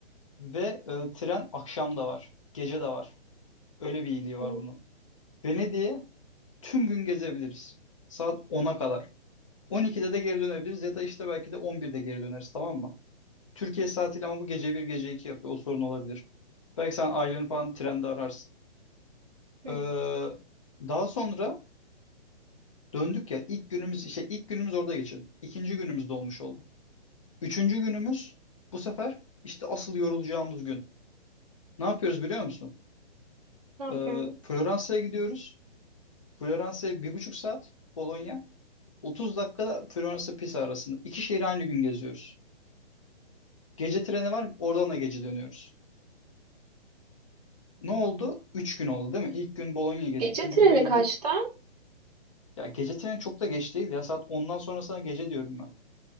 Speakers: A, on the left; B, on the right.
A: Ve e, tren akşam da var. Gece de var. Öyle bir iyiliği var
B: Evet.
A: bunun.
B: Hı
A: Venedik'e tüm gün gezebiliriz. Saat ona kadar. 12'de de geri dönebiliriz ya da işte belki de 11'de geri döneriz tamam mı? Türkiye saatiyle ama bu gece bir gece iki yapıyor. O sorun olabilir. Belki sen aileni falan trende ararsın.
B: hı.
A: Ee, daha sonra döndük ya ilk günümüz işte ilk günümüz orada geçirdik. İkinci günümüz dolmuş oldu. Üçüncü günümüz bu sefer işte asıl yorulacağımız gün. Ne yapıyoruz biliyor musun?
B: Ne yapıyorum?
A: Ee, Floransa'ya gidiyoruz. Floransa'ya bir buçuk saat Bologna. 30 dakikada Floransa Pisa arasında. İki şehri aynı gün geziyoruz. Gece treni var oradan da gece dönüyoruz. Ne oldu? Üç gün oldu değil mi? İlk gün Bologna gezdik.
B: Gece
A: ikinci
B: treni
A: gün Venedik.
B: kaçta?
A: Ya gece treni çok da geç değil ya. Saat ondan sonrasına gece diyorum ben.